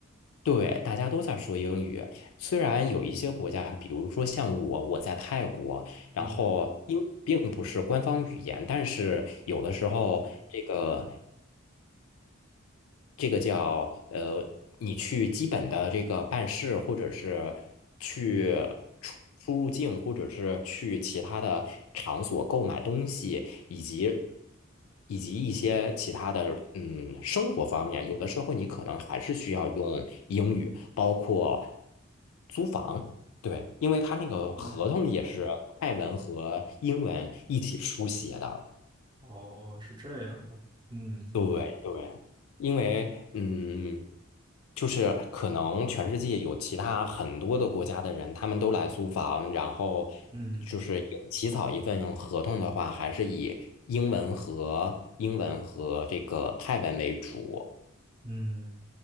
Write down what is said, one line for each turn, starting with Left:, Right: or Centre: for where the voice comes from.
Left: 对，大家都在说英语，虽然有一些国家，比如说像我，我在泰国，然后英语并不是官方语言，
Right: 嗯
Left: 但是有的时候这个。
Right: 嗯
Left: 这个叫呃，你去基本的这个办事，或者是去出出入境，
Right: 嗯
Left: 或者是去其他的场所购买东西，以及以及一些其他的嗯生活方面，有的时候你可能还是需要用英语，包括租房，对，因为他那个合同也是泰文和英文一起书写的。
Right: 嗯，哦，是这样的。嗯
Left: 对对，因为嗯，就是可能全世界有其他很多的国家的人，他们都来租房，然后
Right: 嗯
Left: 就是有起草一份合同的话，还是以英文和英文和这个泰文为主。
Right: 嗯，